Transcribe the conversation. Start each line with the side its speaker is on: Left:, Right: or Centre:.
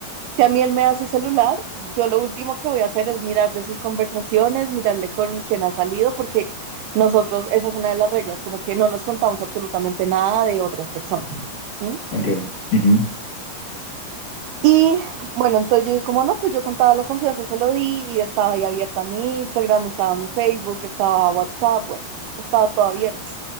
Right: Si a mí él me da su celular, yo lo último que voy a hacer es mirarle sus conversaciones, mirarle con quién ha salido, porque nosotros, esa es una de las reglas, como que no nos contamos absolutamente nada de otras personas.
Left: ujú,
Right: ¿m?
Left: Entiendo. Ujú,
Right: Y bueno, entonces yo dije, como no, pues yo contaba la confianza, se lo di y estaba ahí abierta mi Instagram, estaba mi Facebook, estaba WhatsApp, bueno, estaba todo abierto.